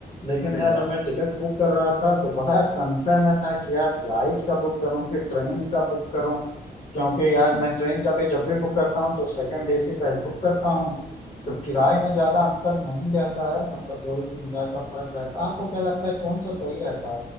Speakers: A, on the left; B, on the left.
A: लेकिन
B: अरे
A: यार
B: वाह
A: जब मैं टिकट बुक कर रहा था तो बड़ा संशय में था कि यार फ्लाइट का बुक करूं कि ट्रेन का बुक करूं क्योंकि यार
B: हम्म।
A: मैं ट्रेन का भी जब भी बुक करता हूँ तो सेकंड एसी का ही बुक करता हूँ तो
B: अच्छा
A: किराए
B: अच्छा
A: में ज्यादा अंतर नहीं रहता है मतलब दो ही तीन हजार का फर्क रहता है आपको क्या लगता है कौन सा सही रहता